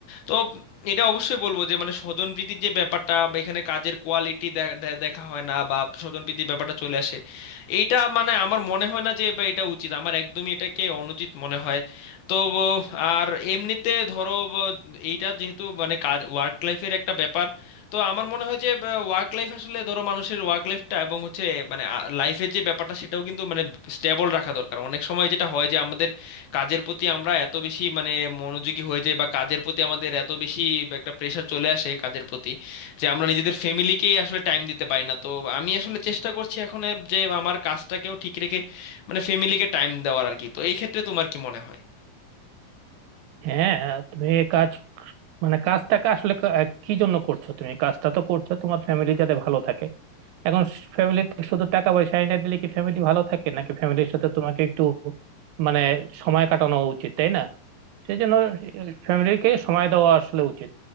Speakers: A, on the left (about 80°); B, on the right (about 80°).
A: তো এটা অবশ্যই বলবো যে মানে স্বজনপ্রীতির যে ব্যাপারটা বা এখানে কাজের কোয়ালিটি দেখা হয় না বা স্বজনপ্রীতির ব্যাপারটা চলে আসে এইটা মানে আমার মনে হয় না যে বা এটা উচিত আমার একদমই এটাকে অনুচিত মনে হয় তো আর এমনিতে ধরো এইটা যেহেতু মানে কাজ ওয়ার্ক লাইফের একটা ব্যাপার তো আমার মনে হয় যে ওয়ার্ক লাইফ আসলে ধরো মানুষের ওয়ার্ক লাইফটা এবং হচ্ছে মানে লাইফের যে ব্যাপারটা সেটাও কিন্তু মানে স্টেবল রাখা দরকার অনেক সময় যেটা হয় যে আমাদের কাজের প্রতি আমরা এত বেশি মানে মনোযোগী হয়ে যাই বা কাজের প্রতি আমাদের এত বেশি একটা প্রেশার চলে আসে কাজের প্রতি যে আমরা নিজেদের ফ্যামিলিকেই আসলে টাইম দিতে পারি না তো আমি আসলে চেষ্টা করছি এখন এ যে আমার কাজটাকেও ঠিক রেখে মানে ফ্যামিলিকে টাইম দেওয়ার আর কি তো এই ক্ষেত্রে তোমার কি মনে হয়
B: হ্যাঁ তুমি এই কাজ মানে কাজটাকে আসলে কা- কি জন্য করছো তুমি কাজটা তো করছো তোমার ফ্যামিলি যাতে ভালো থাকে এখন ফ্যামিলিতে শুধু টাকা পয়সা এনে দিলে কি ফ্যামিলি ভালো থাকে নাকি ফ্যামিলির সাথে তোমাকে একটু মানে সময় কাটানো উচিত তাই না সেই জন্য ফ্যামিলিকে সময় দেওয়া আসলে উচিত